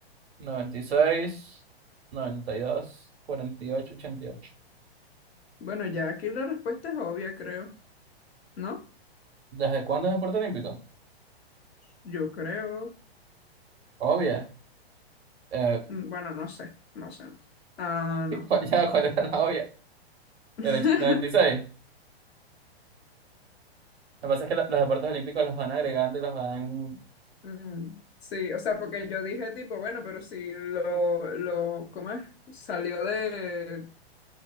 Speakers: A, on the right; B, on the left.
A: noventa noventa y y y seis, dos, cuarenta y ocho, ochenta y ocho.
B: Bueno, ya aquí la respuesta es obvia, creo, ¿no?
A: ¿Desde cuándo es deporte olímpico?
B: Yo creo,
A: Obvio. eh,
B: mm, bueno, no sé, no sé, no sé. Ah, no.
A: <laughs> cu- ya cuál era la obvia
B: <laughs>
A: el och- noventa y seis, Lo que pasa es que lo- los deportes olímpicos los van agregando y los van...
B: Mm, Sí, o sea, porque yo dije tipo, bueno, pero si lo, lo, ¿cómo es? Salió de